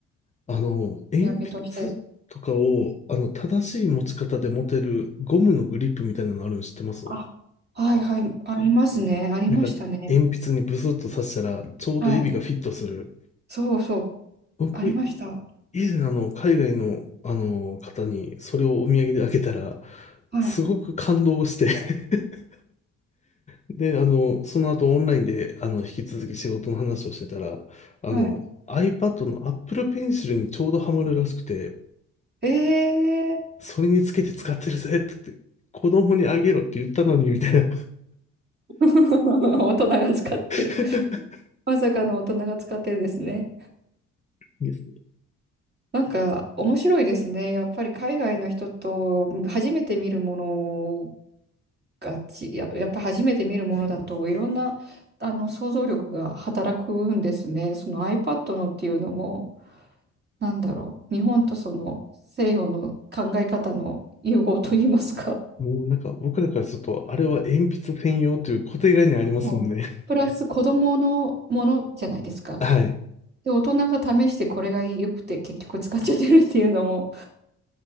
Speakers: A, on the left (about 25°); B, on the right (about 35°).
A: あの、鉛筆とかを、
B: 土産として。
A: あの、正しい持ち方で持てるゴムのグリップみたいなのあるの知ってます
B: あ、はいはい、ありますね。ありましたね。
A: なんか、鉛筆にブスッと刺したら、ちょうど指がフィットする。
B: はい。そうそう、
A: 僕、
B: ありました。
A: 以前あの、海外の、あの、方にそれをお土産であげたら、
B: はい。
A: すごく感動して <laughs> で、あの、その後オンラインで、あの、引き続き仕事の話をしてたら、あの、
B: はい。
A: iPad の Apple Pencil にちょうどハマるらしくて、
B: ええ
A: それにつけて使ってるぜって言って、子供にあげろって言ったのに、みたいな。
B: ー、<laughs> 大人が使ってる。
A: <laughs>
B: まさかの大人が使ってるんですね。
A: いいです
B: なんか面白いですね。やっぱり海外の人と初めて見るものがち、や、やっぱ初めて見るものだといろんなあの想像力が働くんですね。その iPad のっていうのも、なんだろう、日本とその西洋の考え方の融合といいますか。
A: もうなんか僕らからすると、あれは鉛筆専用という固定概念ありますもんね。
B: そうプラス子供のものじゃないですか。
A: <laughs> はい。
B: で、大人が試してこれが良くて結局使っちゃってるっていうのも